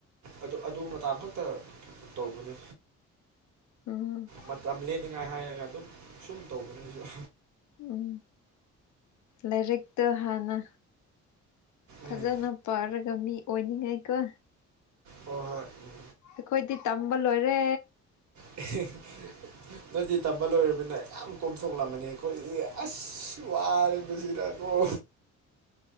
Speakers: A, on the right; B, on the left.
A: ꯑꯗꯨ ꯑꯗꯨ ꯃꯇꯥꯡ ꯈꯛꯇ ꯇꯧꯕꯅꯤ
B: ꯎꯝ
A: ꯃꯇꯝ ꯂꯦꯟꯅꯤꯡꯉꯥꯏ ꯍꯥꯏꯔꯒ ꯑꯗꯨꯝ ꯁꯨꯝ ꯇꯧꯕꯅꯤ ꯑꯩꯁꯨ
B: ꯎꯝ ꯂꯥꯏꯔꯤꯛꯇ ꯍꯥꯟꯅ ꯐꯖꯅ
A: ꯎꯝ
B: ꯄꯥꯔꯒ ꯃꯤ ꯑꯣꯏꯅꯤꯡꯉꯥꯏꯀꯣ
A: ꯍꯣ ꯍꯣꯏ
B: ꯑꯩꯈꯣꯏꯗꯤ ꯇꯝꯕ ꯂꯣꯏꯔꯦ
A: <unintelligible> ꯅꯣꯏꯗꯤ ꯇꯝꯕ ꯂꯣꯏꯔꯕꯅꯤꯅ ꯌꯥꯝ ꯀꯣꯝꯊꯣꯛꯂꯝꯃꯅꯤ ꯑꯩꯈꯣꯏꯗꯤ ꯑꯁ ꯋꯥꯔꯦꯗꯁꯤꯗ ꯑꯣ